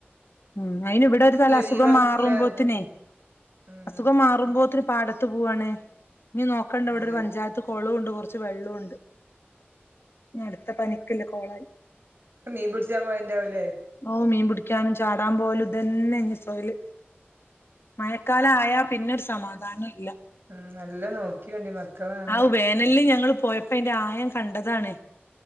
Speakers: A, on the left; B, on the right.
A: ഉം അയിന് ഇവിടെ ഒരു തല അസുഖം
B: ലീവ് ആക്കില്ലാർഞ്ഞ്
A: മാറുമ്പോത്തിനെ.
B: ഉം
A: അസുഖം മാറുമ്പോത്തിന് പാടത്ത് പോവാണ് ഇനി നോക്കണ്ട ഇവിടെ
B: അതെ
A: ഒരു പഞ്ചായത്ത്. യത്ത് കൊളണ്ട് കുറച്ച് വെള്ളംണ്ട്. ഞ്ഞ് അടുത്ത പനിക്ക്‌ള്ള കോളായി.
B: മീൻ പിടിച്ചാൻ പോയണ്ടാവൂലേ
A: ഓ മീൻ പിടിക്കാനും ചാടാൻ പോവലും ഇതന്നെ ഇനി സോയല്. മഴക്കാലം ആയാൽ പിന്നരു സമാധാനം ഇല്ല.
B: മം നല്ല നോക്കിയൊണ്ടി മക്കളാണ്.
A: ആവു വേനലിൽ ഞങ്ങള് പോയ പ്പൊ അയിന്റെ ആയം കണ്ടതാണ്.